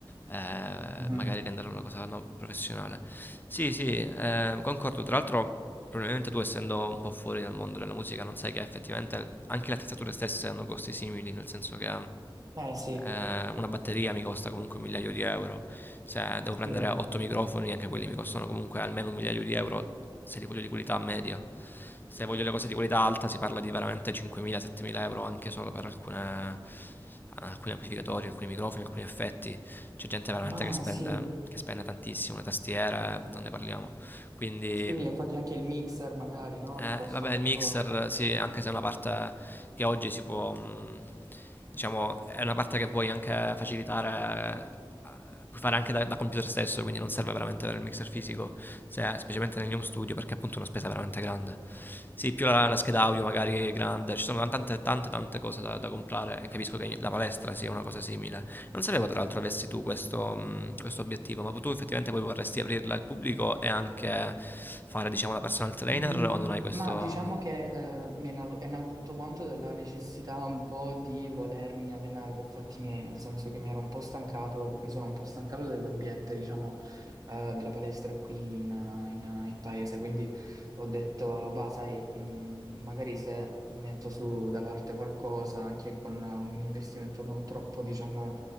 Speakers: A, on the left; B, on the right.
A: eh,
B: no?
A: magari renderla una cosa no, professionale. Sì, sì, eh, concordo, tra l'altro... Probabilmente tu, essendo un po' fuori dal mondo della musica, non sai che effettivamente anche le attrezzature stesse hanno costi simili, nel senso che
B: Eh sì,
A: eh, una batteria mi costa comunque un migliaio di euro. Se devo prendere
B: sì,
A: 8 microfoni, anche quelli mi costano comunque almeno un migliaio di euro se li voglio di qualità media. Se voglio le cose di qualità alta, si parla di veramente 5.000-7.000 euro anche solo per alcune, alcuni amplificatori, alcuni microfoni, alcuni effetti. C'è gente veramente
B: ma
A: che spende,
B: sì,
A: che spende tantissimo. Le tastiere, non ne parliamo. Quindi
B: sì, infatti anche il mixer magari, no?
A: eh,
B: Ti costa
A: vabbè,
B: un
A: il
B: bel
A: mixer,
B: po'.
A: sì, anche se è una parte che oggi si può, mh, diciamo, è una parte che puoi anche facilitare, eh, puoi fare anche da, da computer stesso, quindi non serve veramente avere il mixer fisico, se- specialmente negli home studio, perché appunto è una spesa veramente grande. Sì, più la, la scheda audio magari è grande, ci sono tante, tante, tante cose da, da comprare e capisco che la palestra sia una cosa simile, non sapevo tra l'altro avessi tu questo, mh, questo obiettivo, ma tu effettivamente poi vorresti aprirla al pubblico e anche fare, diciamo, la personal trainer
B: Mm,
A: o non hai questo...
B: Ma diciamo che eh, mi è nato, è nato tutto quanto dalla necessità un po' di volermi allenare per fatti miei, nel senso che mi ero un po' stancato, mi sono un po' stancato dell'ambiente, diciamo, eh, della palestra qui in, in- in paese, quindi ho detto, bah, sai, mm, magari se metto su da parte qualcosa, anche con un investimento non troppo, diciamo,